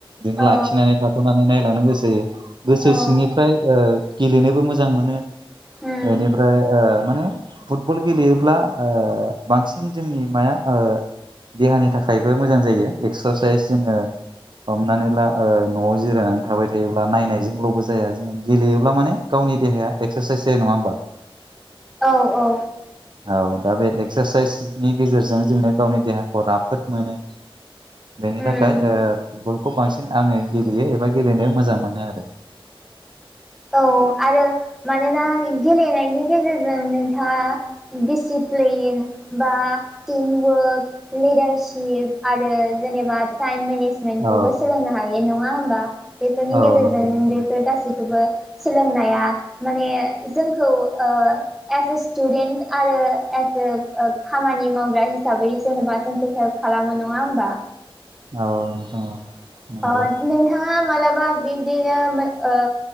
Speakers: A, on the right; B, in the centre.
A: दिनो
B: औ
A: लाखिनानै थाथ'नानै नायलांनो गोसो जायो गोसो
B: औ
A: सिंनिफ्राय ओ गेलेनोबो मोजां मोनो।
B: उम
A: ओनिफ्राय ओ माने फुटबल गेलेयोब्ला ओ बांसिन जोंनि माया ओ देहानि थाखायबो मोजां जायो एक्सारसाइस जोङो हमनानै ला ओ न'आव जिरायनानै थाबाय थायोब्ला नायनायजोंल'बो जाया जोङो गेलेयोब्ला माने गावनि देहाया एक्सारसाइस जायो नङा होमबा?
B: औ औ।
A: औ दा बे एक्सारसाइसनि गेजेरजों जोङो गावनि देहाखौ राफोद मोनो। बेनि
B: उम
A: थाखाय ओ फुलखौ बांसिन आङो गेलेयो एबा गेलेनायाव मोजां मोनो आरो।
B: औ आरो मानोना गेलेनायनि गेजेरजों नोंथाङा दिसिप्लिन बा टिमवर्क लिडारसिप आरो जेनेबा टाइम मेनेस मेनखौबो
A: औ
B: सोलोंनो हायो नङा होमबा बेफोरनि
A: औ
B: गेजेरजों
A: नंगौ
B: नों
A: नोंथां
B: बेफोर गासैखौबो सोलोंनाया माने जोंखौ ओ एस ए स्टुडेन्ट आरो एस जोब ओ खामानि मावग्रा हिसाबै जेनेबा जोंखौ हेल्प खालामो नङा होमबा?
A: औ नोंथां औ। नंगौ
B: ओ नोंथाङा मालाबा बब्दिनो मोन ओ